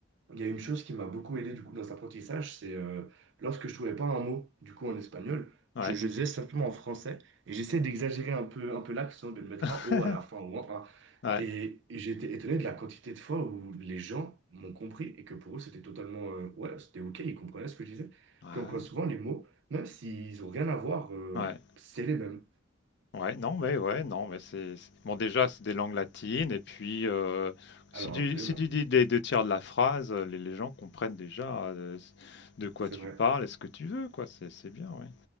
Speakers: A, on the right; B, on the left.
A: il y a une chose qui m'a beaucoup aidé du coup dans cet apprentissage, c'est euh, lorsque je trouvais pas un mot du coup en espagnol,
B: Ouais.
A: je, je le disais simplement en français et j'essayais d'exagérer un peu un peu l'accent, de le mettre
B: <laughs>
A: un o à la fin ou un a.
B: Ouais.
A: Et, et j'ai été étonné de la quantité de fois où les gens m'ont compris et que pour eux c'était totalement euh, ouais c'était ok, ils comprenaient ce que je disais.
B: Ouais.
A: Comme quoi souvent les mots, même s'ils ont rien à voir, euh,
B: Ouais. Ouais.
A: c'est les mêmes.
B: Ouais, non, mais ouais, non, mais c'est c'est- bon. Déjà, c'est des langues latines, et puis euh, si
A: Alors
B: tu,
A: absolument,
B: si tu dis des deux tiers de la phrase, euh, les, les gens comprennent déjà euh, s- de quoi
A: c'est
B: tu
A: vrai.
B: parles et ce que tu veux, quoi. C'est c'est bien, oui.